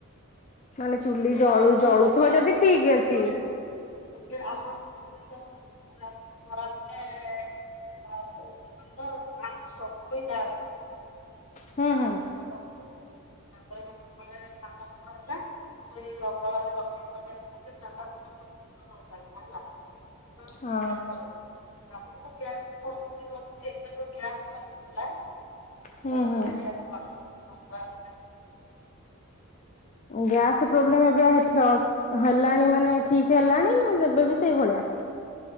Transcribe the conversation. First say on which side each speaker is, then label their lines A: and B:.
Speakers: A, on the left; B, on the left.
A: ମାନେ
B: ଚୁଲିରେ
A: ଚୁଲି ଜଳୁ
B: କଲେ କଣ
A: ଜଳୁଥୁବ
B: ମାନେ
A: ଯଦି
B: ମତେ
A: ଠିକ୍ ଅଛି।
B: ଯୋଉଟା ଏବେ ଆମ <unintelligible> କରାଯାଏ <unintelligible> ହେଲା।
A: ହୁଁ ହୁଁ।
B: <unintelligible> ତା ପରେ ଯେତବେଳେ ସାନ ପୁଅ ହେଲା ତାକୁ ଏଇ ଅଗଳାରେ ରଖି <unintelligible> ସେ ଚାଲା <unintelligible>
A: ହଁ
B: ହଁ <unintelligible> <unintelligible>
A: ହୁଁ ହୁଁ। ଗ୍ୟାସ୍ ପ୍ରୋବ୍ଲେମ୍ ଏବେ ଠ ହେଲାଣି ମାନେ ଠିକ୍ ହେଲାଣି ନା ଏବେ ବି ସେଇଭଳିଆ?